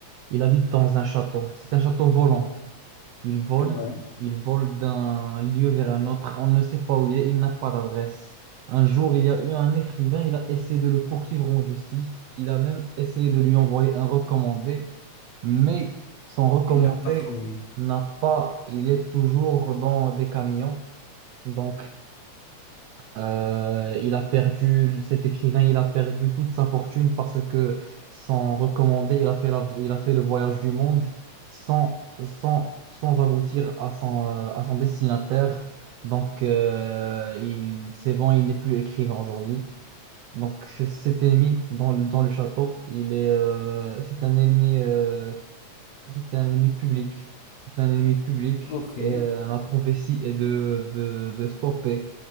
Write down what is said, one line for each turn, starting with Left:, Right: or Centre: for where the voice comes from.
Right: Il habite dans un château. C'est un château volant. Il vole,
Left: Ouais,
Right: il vole d'un lieu vers un autre. On ne sait pas où il est, il n'a pas d'adresse. Un jour, il y a eu un écrivain, il a essayé de le poursuivre en justice. Il a même essayé de lui envoyer un recommandé, mais son recommandé
Left: il l'a pas trouvé.
Right: n'a pas, il est toujours dans des camions. Donc, euh, il a perdu, cet écrivain, il a perdu toute sa fortune parce que sans recommander, il a fait la- il a fait le voyage du monde sans, sans, sans aboutir à son, euh, à son destinataire. Donc, euh, il, c'est bon, il n'est plus écrivain aujourd'hui. Donc, c- cet ennemi dans, le- dans le château, il est, euh, c'est un ennemi euh, c'était un ennemi public. C'était un ennemi public
Left: Ok,
Right: et euh, ma prophétie est de, de, de stopper,